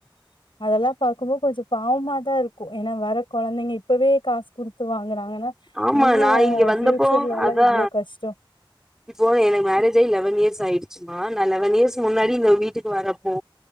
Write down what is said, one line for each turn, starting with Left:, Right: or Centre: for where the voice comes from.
Left: அதெல்லா பாக்கும்போ கொஞ்ச பாவமாதா இருக்கும் ஏன்னா வர கொழந்தைங்க இப்பவே காசு குடுத்து வாங்குறாங்கன்னா
Centre: ஆமா
Left: இனியு
Centre: நா இங்க வந்தப்போ
Left: ஃபியூச்சர்லல்லா
Centre: அதா
Left: எவ்ளோ கஷ்டோ
Centre: இப்போ எனக்கு மேரேஜ் ஆயி லெவன் இயர்ஸ் ஆயிடு ச்சும்மா நா லெவன் இயர்ஸ் முன்னாட் இவங்க வீட்டுக்கு வரப்போ